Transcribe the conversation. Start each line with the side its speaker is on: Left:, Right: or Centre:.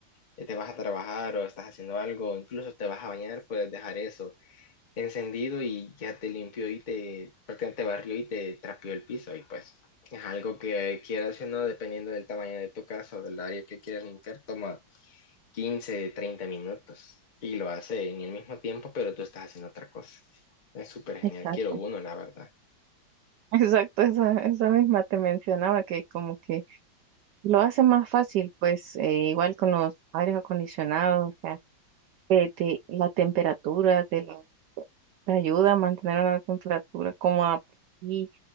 Left: te vas a trabajar o estás haciendo algo, incluso te vas a bañar, puedes dejar eso encendido y ya te limpió y te prácticamente te barrió y te trapeó el piso y pues es algo que quieras o no, dependiendo del tamaño de tu casa o del área que quieras limpiar, toma 15, 30 minutos y lo hace en el mismo tiempo, pero tú estás haciendo otra cosa. Es súper genial,
Right: Exacto.
Left: quiero uno, la verdad.
Right: <laughs> Exacto, esa, esa misma te mencionaba que como que lo hace más fácil, pues eh, igual con los aires acondicionados, eh, de la temperatura, de la, te ayuda a mantener una temperatura cómoda. Y